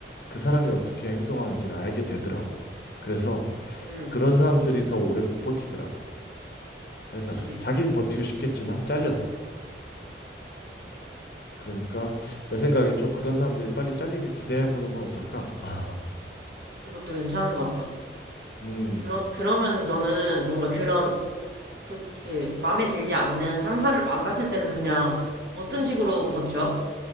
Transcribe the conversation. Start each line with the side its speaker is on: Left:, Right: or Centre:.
Left: 그 사람이 어떻게 행동하는지를 알게 되더라고. 그래서
Right: 응,
Left: 그런 사람들이 더 오래 못 버티더라고.
Right: 그치.
Left: 회사를. 자기는 버티고 싶겠지만 잘려서. 그러니까 내 생각엔 좀 그런 사람들이 빨리 잘리길 기대해 보는 건 어떨까? <laughs>
Right: 그것도 괜찮은 것 같아.
Left: 음.
Right: 그러, 그러면은 너는 뭔가 그런 좋, 이렇게 마음에 들지 않는 상사를 만났을 때는 그냥 어떤 식으로 버텨?